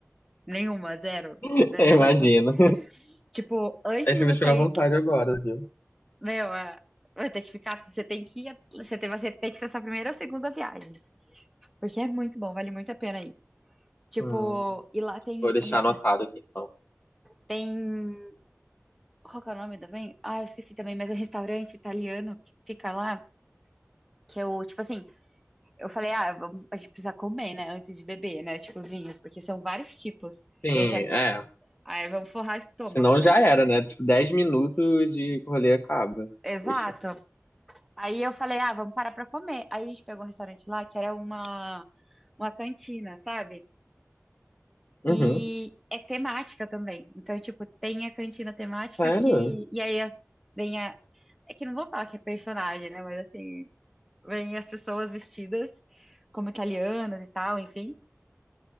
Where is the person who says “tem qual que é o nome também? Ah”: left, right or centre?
Centre